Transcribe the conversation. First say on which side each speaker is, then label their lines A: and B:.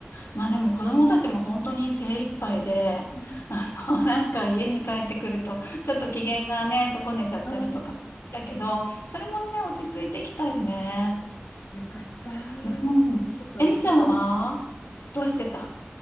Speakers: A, on the left; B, on the left.
A: まあでも子供たちも本当に精一杯で、
B: うん
A: あの、<laughs> なんか家に帰ってくると、ちょっと機嫌がね、損ねちゃったりとか、
B: ああ、
A: だけど、それもね、落ち着いてきたよね。
B: よかった。
A: うん。
B: ちょっと
A: えみちゃんはどうしてた
B: あ